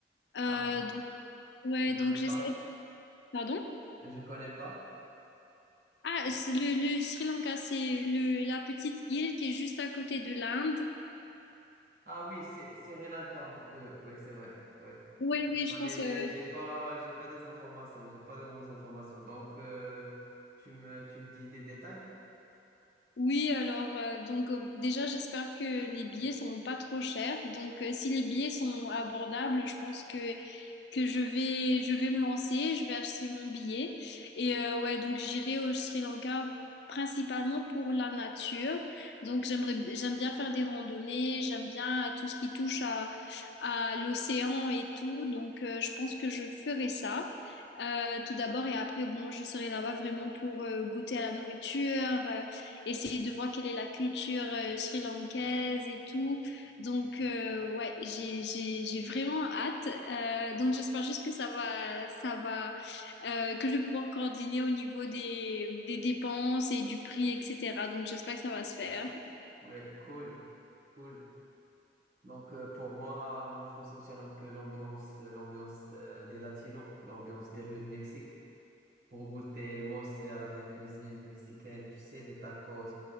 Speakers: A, on the left; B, on the right.
A: Euh,
B: Ah,
A: donc, ouais,
B: je connais
A: donc j'essaie.
B: pas.
A: Pardon?
B: Je connais pas.
A: Ah, c'est le, le Sri Lanka, c'est le, la petite île qui est juste à côté de l'Inde.
B: Ah oui, c'est Sri Lanka. Oui, oui, c'est vrai. Oui.
A: Oui, oui,
B: J'en
A: je pense.
B: ai, mais
A: euh,
B: j'ai pas, j'ai pas des informations, j'ai pas de grandes informations. Donc, euh, tu me, tu me dis des détails?
A: Oui, alors euh, donc euh, déjà j'espère que les billets sont pas trop chers. Donc euh, si les billets sont abordables, je pense que que je vais je vais me lancer, je vais acheter mon billet et euh, ouais donc j'irai au Sri Lanka principalement pour la nature. Donc j'aimerais j'aime bien faire des randonnées, j'aime bien euh, tout ce qui touche à à l'océan et tout. Donc euh, je pense que je ferai ça. euh, tout d'abord et après bon je serai là-bas vraiment pour euh, goûter à la nourriture euh, essayer de voir quelle est la culture euh, sri-lankaise et tout. Donc, euh, ouais, j'ai, j'ai, j'ai vraiment hâte. Euh, donc, j'espère juste que ça va, ça va, euh, que je vais pouvoir coordonner au niveau des, des dépenses et du prix, etc. Donc, j'espère que ça va se faire.
B: Ouais, cool, cool. Donc, euh, pour moi, moi, je veux sentir un peu l'ambiance, euh, l'ambiance euh, des Latinos, l'ambiance des rues de Mexique. Pour goûter, moi aussi, à la vraie cuisine mexicaine, tu sais, les tacos,